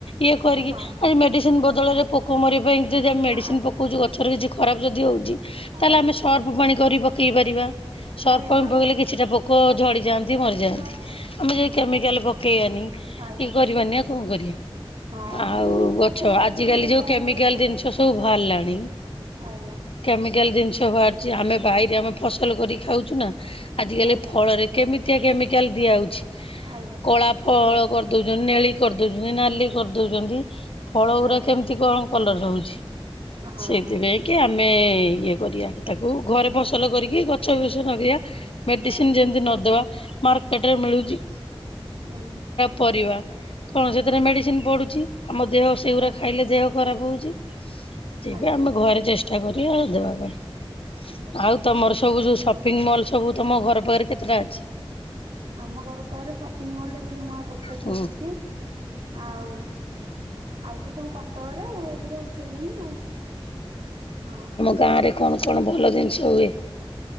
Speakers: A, on the left; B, on the right.
A: ଇଏ କରିକି
B: ହଁ
A: ଆଜି ମେଡିସି ସିନ ବଦଳରେ ପୋକ ମରିବା ପାଇଁ ଯଦି ଆମେ ମେଡ଼ିସିନ
B: ଆଜ୍ଞା
A: ପକାଉଚୁ ଗଛରେ କିଛି ଖରାପ ଯଦି ହଉଚି ତାହେଲେ
B: ଆଜ୍ଞା
A: ଆମେ ସର୍ପ ପାଣି କରି ପକେଇ ପାରିବା। ସର୍ପ
B: ଆଜ୍ଞା
A: ପାଣି
B: ହଁ
A: ପକେଇଲେ କିଛିଟା ପୋକ ଝଡିଯାଆନ୍ତି ମରିଯାଆନ୍ତି।
B: ଝଡି
A: ଆମେ
B: ଯାଆନ୍ତି ହଁ
A: ଯଦି କେମିକାଲ ପକେଇବାନି
B: ଆଜ୍ଞା।
A: ଇ କରିବାନି ଆଉ ଙ୍କ କରିବା
B: ହଁ
A: ଆଉ
B: ଏମିତି ସଜନା
A: ଗଛ
B: ଗଛରେ
A: ଆଜିକାଲି
B: ଗୋଟେ
A: ଯୋଉ
B: ସମ୍ବଳ
A: କେମିକାଲ
B: ଲାଗେ
A: ଦିନଷ ସ <unintelligible>
B: ଆଜ୍ଞା।
A: କେମିକାଲ ଜିନିଷ ବାହାରୁଚି ଆମେ ବାଇରେ ଆମେ ଫସଲ କରିକି ଖାଉଚୁନା ଆଜିକାଲି
B: ଆଜ୍ଞା
A: ଫଳରେ କେମିତିଆ କେମିକାଲ ଦିଆହଉଛି
B: ଆଜ୍ଞା
A: କଳା ଫଳ
B: ସେଇ
A: କରିଦଉଚନ୍ତି ନେଳି କରିଦଉଚନ୍ତି ନାଲି
B: ଆ
A: କରିଦଉଚନ୍ତି ଫଳ ଗୁରା
B: ଆଜ୍ଞା
A: କେମିତି କଣ କଲର ରହୁଛି
B: ହଁ
A: ସେଇଥିପାଇ କି ଆମେ ଇଏ କରିବା ତାକୁ ଘରେ ଫସ ଫସଲ କରିକି ଗଛ ବିଛ ନଗେଇବା ମେଡ଼ିସିନ୍
B: ଆଜ୍ଞା
A: ଯେମିତି ନଦବା ମାର୍କେଟ ରେ ମିଳୁଚି।
B: ହଁ।
A: ପରିବା କଣ ସେଇତିରେ ମେଡ଼ିସିନ୍ ପଡ଼ୁଚି ଆମଦେହ
B: ଆଜ୍ଞା।
A: ସେଉରା ଖାଇଲେ ଦେହ ଖରାପ୍ ହଉଚି ଜିବା
B: ଆଜ୍ଞା
A: ଆମେ ଘରେ ଚେଷ୍ଟା କରିବା ଆଉ ଦେବା ପାଇଁ
B: ଆଜ୍ଞା
A: ଆଉ ତମର ସବୁ ଯୋଉ ସପିଙ୍ଗିମଲ୍ ସବୁ ତମ ଘର ପାଖରେ କେତେଟା ଅଛି?
B: ଆମ ଘର ପାଖରେ ସପିଙ୍ଗିମଲ୍ ଏବେ ନୂଆ ଗୋଟେ
A: ହୁଁ
B: ଖୋଲିଚି। ଆଉ ଆଉ ତ ସବୁ କଟକରେ ଆଉ ଏବେ ତ ଖୋଲେନି ଆଉ ହଁ।
A: ଗାଁରେ କଣ କଣ ଭଲ ଜିନିଷ ହୁଏ?